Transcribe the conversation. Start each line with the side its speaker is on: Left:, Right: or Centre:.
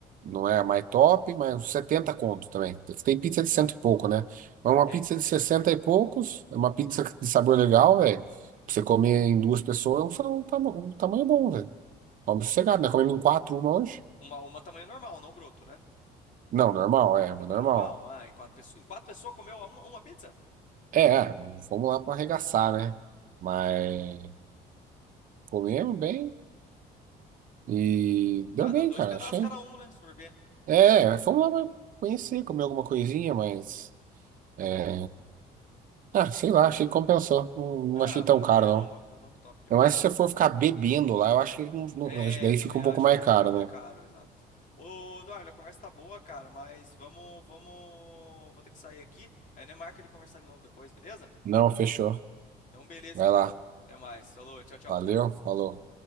Right: Não é a mais top, mas uns 70 conto também. Tem pizza de cento
Left: Sim,
Right: e pouco, né? Mas uma
Left: tem.
Right: pizza de 60 e poucos, é uma pizza de sabor legal, velho. Pra você comer em duas pessoas, é um, sa- um tama- um tamanho bom, velho. Vamos sossegado, né? Comemos em quatro uma hoje.
Left: Uma, uma tamanho normal, não broto, né?
Right: Não, normal, é,
Left: Tamanho
Right: mas normal.
Left: normal. Ah, em quatro pessoas. Em quatro pessoas comeu uma, uma pizza?
Right: É, é, fomos lá pra arregaçar, né? Mas comemos bem e deu
Left: Ah,
Right: bem,
Left: dá dois
Right: cara,
Left: pedaços
Right: achei.
Left: cada um, né? Se for ver.
Right: É, fomos lá pra conhecer, comer alguma coisinha, mas. é, Ah, sei lá, achei que compensou. Não, não
Left: Ah,
Right: achei
Left: valeu
Right: tão caro,
Left: a pena,
Right: não.
Left: ô louco, ô louco, top demais.
Right: Ainda mais se você for ficar bebendo lá, eu acho que não, não-
Left: É,
Right: acho que daí
Left: eu também
Right: fica um
Left: acho
Right: pouco mais
Left: que daí
Right: caro,
Left: já é mais caro,
Right: né?
Left: exato. Ô, Eduardo, a conversa tá boa, cara, mas vamos, vamos, vou ter que sair aqui. Aí não é marca de conversar de novo depois, beleza?
Right: Não, fechou.
Left: Então, beleza
Right: Vai
Left: então.
Right: lá.
Left: Até mais. Falou, tchau, tchau.
Right: Valeu, falou.